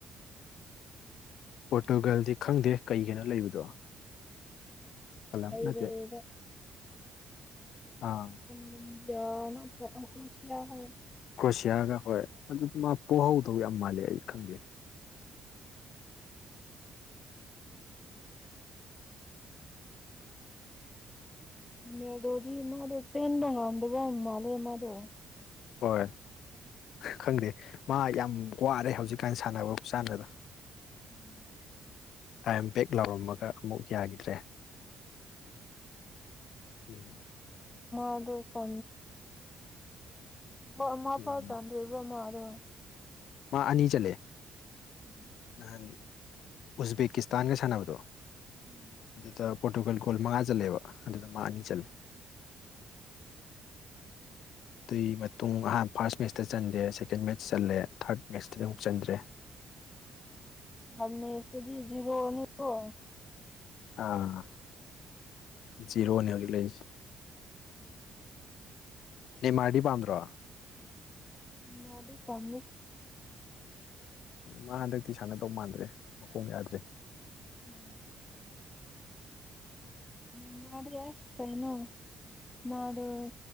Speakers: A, on the left; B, on the left.
A: ꯄꯣꯔꯇꯨꯒꯜꯗꯤ ꯈꯪꯗꯦ ꯀꯩꯒꯤꯅꯣ ꯂꯩꯕꯗꯣ ꯀꯂꯝ
B: ꯍꯩꯔꯦꯗ
A: ꯅꯠꯇ ꯑꯥ
B: ꯄꯨꯕꯤ ꯌꯥ ꯅꯈ꯭ꯔꯨꯁ ꯀꯌꯥ ꯍꯥꯏ
A: ꯀ꯭ꯔꯣꯁꯤꯌꯥꯒ ꯍꯣꯏ ꯑꯗꯨꯗꯤ ꯃꯥ ꯄꯣꯛꯍꯧꯗꯧꯕ ꯌꯥꯝ ꯃꯥꯜꯂꯦ ꯑꯩ ꯈꯪꯗꯦ
B: ꯎꯅꯦ ꯑꯗꯨꯣꯗꯤ ꯃꯥꯗꯣ ꯆꯦꯟꯕ ꯉꯝꯗꯕ ꯃꯥꯜꯂꯦ ꯃꯥꯗꯣ
A: ꯍꯣꯏ ꯈꯪꯗꯦ ꯃꯥ ꯌꯥꯝ ꯋꯥꯔꯦ ꯍꯧꯖꯤꯛꯀꯥꯟꯅ ꯁꯥꯟꯅꯕ ꯆꯥꯟꯅꯕꯗꯣ
B: ꯎꯝ
A: ꯑꯥꯏ ꯑꯦꯝ ꯦꯛ ꯂꯥꯎꯔꯝꯃꯒ ꯑꯃꯨꯛ ꯌꯥꯈꯤꯗ꯭ꯔꯦ ꯎꯝ
B: ꯑꯗꯨ ꯁ ꯃꯃ ꯐꯥꯎ
A: ꯎꯝ
B: ꯆꯥꯟꯗꯔꯤꯕꯣꯃꯔꯣ
A: ꯃꯥ ꯑꯅꯤ ꯆꯂꯦ
B: ꯎꯝ
A: ꯅꯍꯥꯟ ꯎꯖꯕꯦꯛꯀꯤꯁꯇꯥꯟꯒ ꯁꯥꯟꯅꯕꯗꯣ
B: ꯎꯝ
A: ꯑꯗꯨꯗ ꯄꯣꯔꯇꯨꯒꯜ ꯒꯣꯜ ꯃꯉꯥ ꯆꯠꯂꯦꯕ ꯑꯗꯨꯗ ꯃꯥꯉ ꯑꯅꯤ ꯆꯠꯂꯦ
B: ꯎꯝ
A: ꯑꯗꯨꯏ ꯃꯇꯨꯡ ꯑꯍꯥꯟ ꯐꯥꯔꯁ ꯃꯦꯠꯁꯇ ꯆꯟꯗꯦ ꯁꯦꯀꯦꯟ ꯃꯦꯠꯆ ꯆꯜꯂꯦ ꯊꯥꯔꯠ ꯃꯦꯠꯆꯇꯗꯤ ꯑꯃꯨꯛ ꯆꯟꯗ꯭ꯔꯦ
B: ꯍ ꯃꯦꯁꯇꯗꯤ ꯖꯤꯔꯣꯅꯤꯣ
A: ꯑꯥ ꯖꯤꯔꯣꯅꯤ ꯍꯧꯒꯤ ꯂꯩꯁꯤ ꯅꯦꯃꯥꯔꯗꯤ ꯄꯥꯟꯗ꯭ꯔꯣ
B: ꯃꯥꯔꯗꯤ ꯇꯜꯂꯤ
A: ꯑ ꯃꯥ ꯍꯟꯗꯛꯇꯤ ꯁꯥꯟꯅꯗꯧ ꯃꯥꯟꯗ꯭ꯔꯦ ꯃꯈꯣꯡ ꯌꯥꯗ꯭ꯔꯦ
B: ꯎꯝ ꯅꯦꯃꯥꯔꯗꯤ ꯑꯁ ꯀꯩꯅꫭ ꯃꯥꯗꫭ